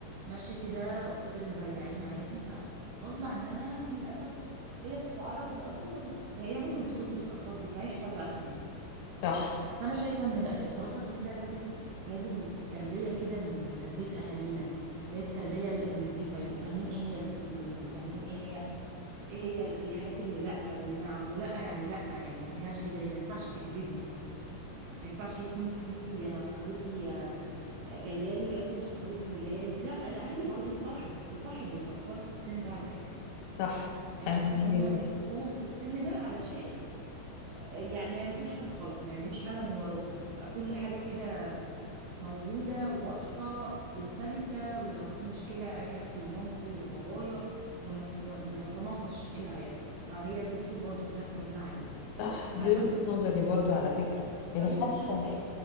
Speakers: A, on the right; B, on the left.
A: ماشيه كده قصاد البياعين عادي فغصب عنها للاسف هي بتتعرض لألفاظ فهي ممكن ترد بالألفاظ دي فيحصل بقى خناق
B: صح
A: فأنا صح شايفة إن لا بصراحة الجيل ده لازم لازم تربية كده من تربية أهالينا اللي هي التربية ال- النضيفة يبقوا فاهمين إيه هي الأصول يبقوا فاهمين إيه هي ايه هي ال- الحاجات اللي لا واللي نعم ولا يعني لا يعني ما فيهاش جدال ما ينفعش تكذبوا ما ينفعش يكون في انا صاحبتي آه، جايه لي وهي اصلا مش صاحبتك اللي جايه لك لا الاهالي برضو تصاحب تصاحب الاطفال في السن ده على فكره
B: صح
A: يعني
B: أنا
A: انا شايفه
B: دي
A: ان هم
B: وجهة
A: يصاحبوهم في السن ده علشان آه، يعني ما يعملوش حاجه غلط ما يعملوش حاجه من وراهم يبقى كل حاجه كده موجوده واضحه وسلسه ولو في مشكله اجي احكي لمامتي وبابايا ونت- ونتناقش ايه اللي هيحصل فهي دي اصول برضو كلنا اتربينا عليها
B: صح دي
A: فاهمه
B: وجهة نظري برضو على فكرة يعني
A: طب
B: حتى
A: انت شايفة ايه